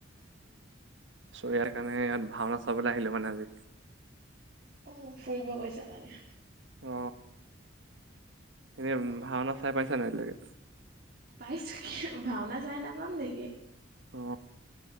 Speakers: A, on the right; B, on the right.
A: অ।
B: চ ইয়াৰ কাৰণে ইয়াত ভাওনা চাবলৈ আহিলো মানে আজি।
A: অ ফুৰিব গৈছা মানে?
B: অ এনে
A: অ',
B: ভাওনা চাই পাইছা নাই আজিলৈকে?
A: পাইছো, কি ভাওনা চাই নাপাম নেকি?
B: অ।